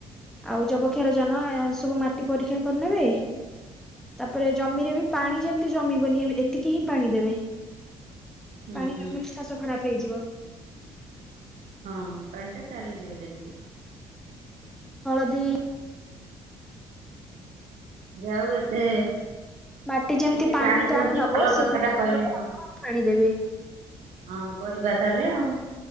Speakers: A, in the centre; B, on the right.
A: ଆଉ ଯବକ୍ଷାରଜାନ ସବୁ ମାଟି ପରୀକ୍ଷା କରିନେବେ। ତାପରେ ଜମିରେ ବି ପାଣି ଯେମତି ଜମିବନି ଏତିକି ହିଁ ପାଣି ଦେବେ।
B: ହୁଁ
A: ପାଣି
B: ହୁଁ।
A: କମିଲେ ଚାଷ ଖରାପ ହେଇଯିବ।
B: ହଁ ପାଣିଟା ଚାଲିଯିବ ଯେମତି।
A: ହଳଦୀ
B: ଯା ହେଉ ଏତେ
A: ମାଟି ଯେମତି
B: ଏତେ
A: ପାଣି
B: ଜାଣିଛନ୍ତି
A: ଟାଣି ନବ
B: ଭଲ
A: ସେଇଭଳି
B: କଥାଟା କହିଲେ
A: ଭାବରେ
B: ହଁ
A: ଆପଣ ପାଣି ଦେବେ।
B: ହଁ କରିବା ତାହେଲେ ଆଉ।